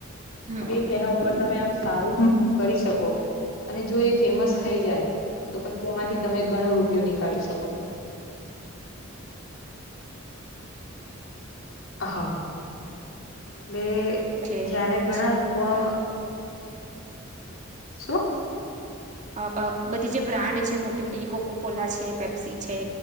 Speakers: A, on the right; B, on the left.
A: હમ
B: કે જેના ઉપર તમે આમ સારું કરી શકો અને જો એ ફેમસ
A: હમ
B: થઈ જાય તો પછી એમાંથી
A: હમ
B: તમે ગણો રૂપ નની કાઢી શકો છો. <inaudible> એટલે
A: છે
B: જારે ઘણા
A: પછી
B: લોકો આમ <inaudible>
A: <unintelligible> બધી જે બ્રાન્ડ છે મોટી <unintelligible> કોકોકોલા છે, પેપ્સી છે.